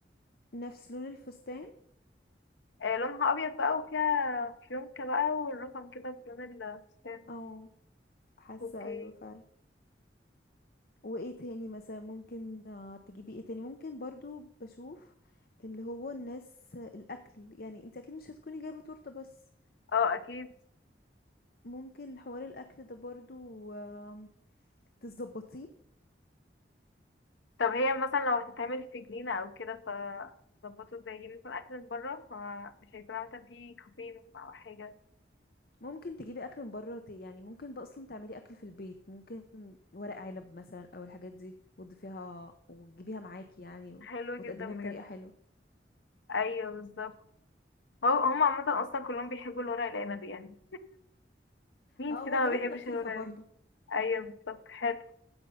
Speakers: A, on the left; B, on the left.
A: نفس لون الفستان
B: آه لونها ابيض بقى وفيها فيونكة بقى والرقم كده بلون الفستان
A: اه حاسة
B: اوكي
A: ايوه فعلا وايه تاني مثلا ممكن آه، تجيبي ايه تاني ممكن برضو بشوف اللي هو الناس الاكل يعني انت اكيد مش هتكوني جايبة تورتة بس
B: اه اكيد
A: ممكن حوار الاكل ده برضو آم، تظبطيه
B: طب هي مثلا لو هتتعمل في جنينة او كده ف ظبطوا ازاي يجيب مثلا اكل من بره فمش هيكون مثلا في كافيه مثلا او حاجة
A: ممكن تجيبي اكل من بره ت- يعني ممكن بقى اصلا تعملي اكل في البيت ممكن ورق عنب مثلا او الحاجات دي وتضيفيها وتجيبيها معاكي يعني و...
B: حلوة
A: وتقدميها
B: جدا بجد
A: بطريقه حلوه
B: ايوه بالظبط هو هم عامة اصلا كلهم بيحبوا الورق العنب يعني مين
A: اه
B: كده
A: وجبات
B: ما بيحبش
A: خفيفه
B: الورق
A: برضو
B: العنب ايوه بالظبط حلو